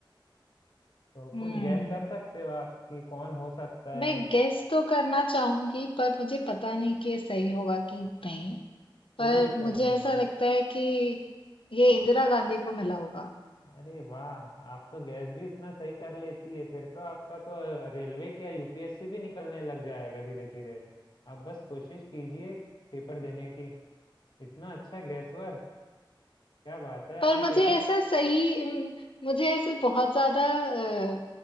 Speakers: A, on the left; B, on the left.
A: तो
B: हम्म
A: कुछ गैस कर सकते हो आप कि कौन हो सकता है
B: मैं गेस तो करना चाहूंगी पर मुझे पता नहीं कि ये सही होगा कि नहीं
A: कोई
B: पर
A: दिक्कत
B: मुझे
A: नहीं
B: ऐसा
A: है
B: लगता है कि ये इंदिरा गांधी को मिला होगा
A: अरे वाह आप तो गैस भी इतना सही कर लेती है फिर तो आपका तो रेलवे क्या यूपीएससी भी निकलने लग जाएगा धीरे धीरे आप बस कोशिश कीजिए पेपर देने की इतना अच्छा गैस वर्क क्या बात है आपने
B: पर मुझे
A: कैसे
B: ऐसा सही उम, मुझे ऐसे बहुत ज़्यादा अ,